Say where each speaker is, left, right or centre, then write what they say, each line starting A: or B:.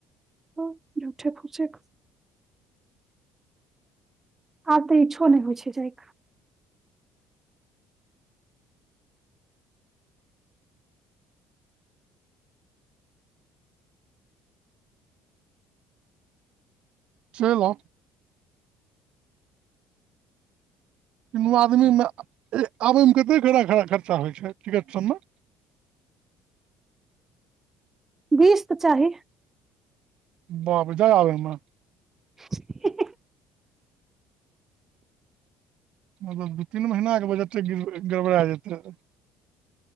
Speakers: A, on the right; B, on the right.
A: ओ झूठे फूसे आब त इच्छो नहि होइ छै जाइक
B: चलि आउ
A: <inaudible>
B: नू आदमीमे ए आबयमे कतेक खड़ खरा खर्चा होइ छै टिकट सबमे <unintelligible>
A: बीस त चाही
B: बाप रे जाय आबय म
A: <unintelligible>
B: मतलब दू तीन महीनाके बजटे गिड़ गड़बड़ा जेतै